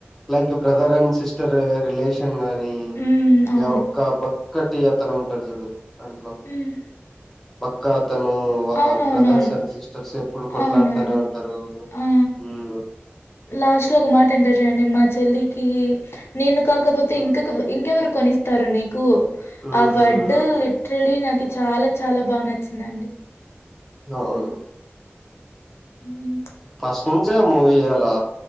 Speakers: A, in the centre; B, on the left (about 65°).
A: like brother and sister relation కాని
B: ఉమ్ అవును
A: ఒక్క బక్కటి అతను ఉంటడు చూడు దాంట్లో
B: హ్మ్.
A: బక్కా అతను వాళ్ళ
B: అవునవునవును
A: బ్రదర్స్ అండ్ సిస్టర్స్ ఎప్పుడు కొట్లాడుతానే
B: అవునవును
A: ఉంటరు
B: ఆ
A: ఉ
B: లాస్ట్ లో ఒక మాట అంటారు చూడండి మా చెల్లికి నేను కాకపోతే
A: మ్మ్
B: ఇంకా ఇంకెవరు కొనిస్తారు నీకు
A: మ్మ్
B: ఆ వడ్డ్ లీట్రలీ నాకు చాలా చాలా బాగా నచ్చిందండి
A: అవును
B: ఇ
A: ఫస్ట్ నుంచే మూవీ అలా